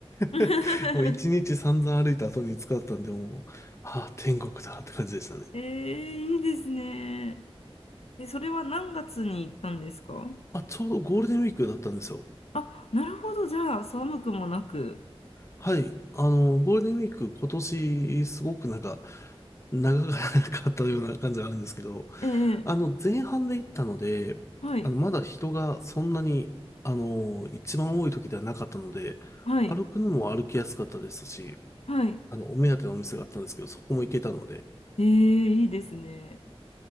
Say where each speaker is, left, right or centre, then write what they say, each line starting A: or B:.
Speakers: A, on the left; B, on the left.
A: <laughs>
B: <laughs>
A: もう一日散々歩いた後に使ったんで、もう、ああ、天国だって感じでしたね。
B: ええ、いいですね。え、それは何月に行ったんですか
A: あ、ちょうどゴールデンウィークだったんですよ。
B: あ、なるほど。じゃあ、寒くもなく。
A: はい。あの、ゴールデンウィーク今年すごくなんか長かったような感じがあるんですけど、
B: ええ。
A: あの、前半で行ったので、
B: はい。
A: あの、まだ人がそんなに、あの、一番多い時ではなかったので、
B: はい。
A: 歩くのも歩きやすかったですし、
B: はい。
A: あの、お目当てのお店があったんですけど、そこも行けたので、
B: ええ、いいですね。